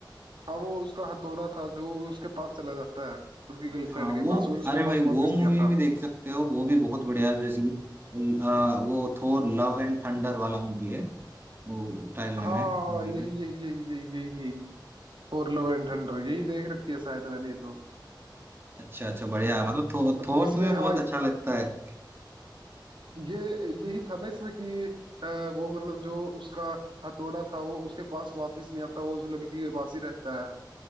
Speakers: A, on the right; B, on the right.
A: हाँ वो उसका हथौड़ा था जो उसके पास चला जाता है उसकी गर्लफ्रेंड
B: हाँ
A: के
B: वो
A: पास और उसके
B: अरे भाई
A: पास वापस
B: वो
A: नहीं
B: मूवी
A: आता
B: भी देख सकते हो वो भी बहुत बढ़िया है जैसे कि आ, वो थोर लव एंड थंडर वाला मूवी है वो टाइटल नेम
A: हाँ
B: है मूवी
A: यही
B: का
A: यही यही यही यही यही फॉर लव एंड
B: हाँ,
A: थंडर यही देख रखी है शायद मैंने ये तो
B: अच्छा अच्छा बढ़िया है मतलब थो, थोर
A: इसमें
B: तुम्हें
A: हाँ
B: बहुत अच्छा लगता है
A: ये यही था ना इसमें कि अ, वो मतलब जो उसका हथौड़ा था वो उसके पास वापस नहीं आता वो उस लड़की के पास ही रहता है